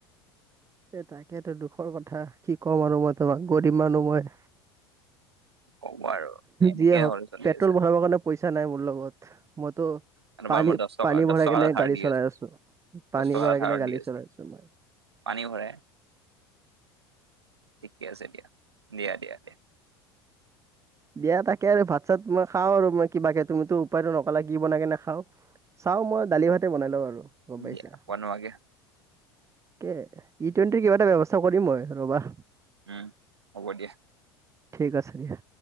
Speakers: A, on the right (about 20°); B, on the right (about 80°).
A: এ তাকেইতো দুখৰ কথা কি কম আৰু মই তোমাক গৰিব মানুহ মই।
B: ক'ব আৰু এনেকে
A: যিয়ে হওক
B: হৈ চলি
A: পেট্ৰল
B: আছে
A: বঢ়াবৰ কাৰণে পইচা নাই মোৰ লগত, মইতো
B: এবাৰ
A: পানী
B: মই দহ টকা
A: পানী
B: দহ
A: ভৰাই
B: টকা
A: কিনে
B: এটা ধাৰ
A: গাড়ী
B: দি
A: চলাই আছো,
B: দহ
A: পানী
B: টকা
A: ভৰাই
B: এটা ধাৰত
A: কিনে গাড়ী
B: দি
A: চলাই আছো।
B: পানী ভৰাই, ঠিকে আছে দিয়া দিয়া দিয়া দিয়া।
A: দিয়া তাকে আৰু ভাত চাত মই খাওঁ আৰু ম‌ই কিবাকে তুমিতো উপায়টো নকালা কি বনাই কিনে খাও। চাওঁ মই দালি ভাতে বনাই লওঁ আৰু গম পাইছে।
B: দিয়া বনোৱাগে
A: ই টুৱেণ্টিৰ কিবা এটা ব্যৱস্থা কৰিম মই ৰবা।
B: উম হ'ব দিয়া।
A: ঠিক আছে দিয়া।